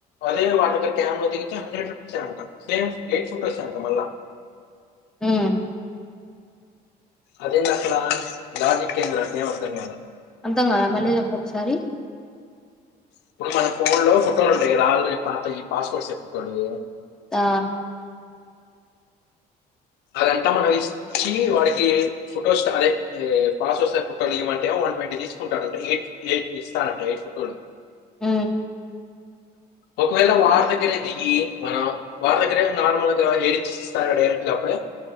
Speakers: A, on the left; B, in the centre.
A: అదే వాడి దగ్గర కెమ్ లో దిగితే హండ్రెడ్ రూపీసె అంట సేమ్ ఎయిట్ ఫొటోసే అంట మళ్ళా.
B: హు
A: అదేందక్కడ లాజిక్ ఏంది నాకే అర్థం కాల
B: అర్థంకాలే మళ్ళీ జేప్పు ఒక్కసారి
A: ఇప్పుడు మన ఫోన్ లో కుక్కలు ఉంటాయి. కదా ఆల్రెడి పాతవి ఈ పాస్పోర్ట్ సే కుక్కలియి.
B: ఆ
A: అదంతా మనం ఇచ్చి వాడికి ఫొటోస్ అదే ఏ పాస్ వస్తే ఫోటోలు ఏమంటే వన్ ట్వంటీ తీసుకుంటాడంట. ఎయిట్ ఎయిట్ ఇస్తాడంట, ఎయిట్ ఫోటోలు.
B: ఊ
A: ఒకవేళ వారి దగ్గరే దిగి మనం వారి దగ్గరే నార్మల్ గా ఏడిచేచిస్తాడంటే డైరెక్ట్ గా అప్పుడే